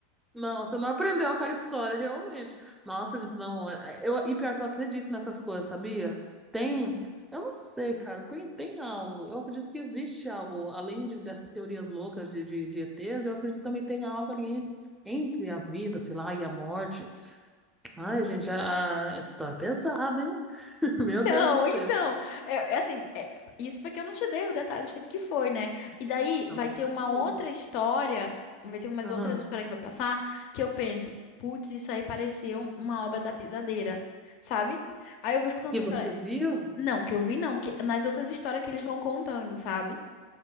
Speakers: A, in the centre; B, on the left (about 55°).
A: Não, você não aprendeu com a história, realmente. Nossa, gente, não. é, Eu, e pior que eu acredito nessas coisas, sabia? Tem. Eu não sei, cara. Tem, tem algo. Eu acredito que existe algo, além de, dessas teorias loucas de, de, de ETs, eu acredito que também tem algo ali en- entre a vida, sei lá, e a morte. Ai, gente, a, a- essa história é pesada, hein? <laughs> Meu
B: Então,
A: Deus do céu.
B: então, é, é assim, é- isso porque eu não te dei o detalhe do jeito que foi, né? E daí
A: Não,
B: vai
A: pelo
B: ter
A: amor
B: uma
A: de
B: outra
A: Deus.
B: história, vai ter umas
A: Aham.
B: outras histórias que vai passar, que eu penso, putz, isso aí pareceu uma obra da pisadeira, sabe? Aí eu vou escutando outra
A: E você
B: história.
A: viu?
B: Não, que eu vi não, que nas outras histórias que eles vão contando, sabe?